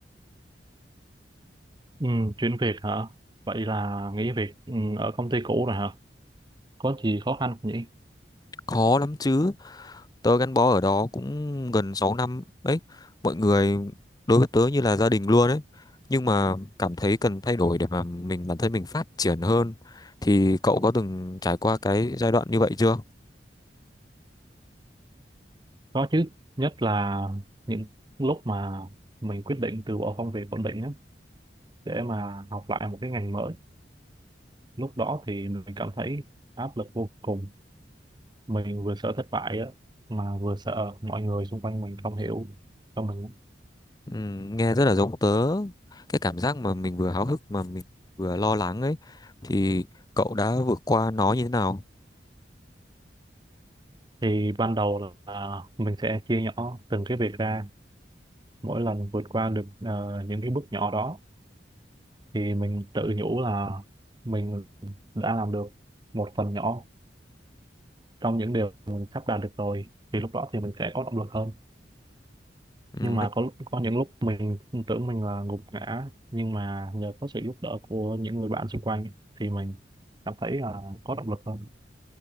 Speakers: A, on the right (about 25°); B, on the left (about 20°).
A: Ừ, chuyển việc hả? Vậy là nghỉ việc ừ, ở công ty cũ rồi hả? Có gì khó khăn không nhỉ?
B: Khó lắm chứ. Tớ gắn bó ở đó cũng gần 6 năm đấy, mọi người đối với tớ như là gia đình luôn đấy. Nhưng mà cảm thấy cần thay đổi để mà mình bản thân mình phát triển hơn. Thì cậu có từng trải qua cái giai đoạn như vậy chưa?
A: Có chứ, nhất là những lúc mà mình quyết định từ bỏ công việc ổn định á, để mà học lại một cái ngành mới. Lúc đó thì mình cảm thấy áp lực vô cùng mình vừa sợ thất bại á mà vừa sợ mọi người xung quanh mình không hiểu cho mình
B: Ừ, nghe rất là giống tớ cái cảm giác mà mình vừa háo hức mà mình vừa lo lắng ấy thì cậu đã vượt qua nó như thế nào
A: thì ban đầu là mình sẽ chia nhỏ từng cái việc ra mỗi lần vượt qua được ờ, những cái bước nhỏ đó thì mình tự nhủ là mình đã làm được một phần nhỏ trong những điều mình sắp đạt được rồi thì lúc đó thì mình sẽ có động lực hơn
B: ừ,
A: nhưng mà
B: may,
A: có lúc- có những lúc mình tưởng mình là gục ngã nhưng mà nhờ có sự giúp đỡ của những người bạn xung quanh thì mình cảm thấy là có động lực hơn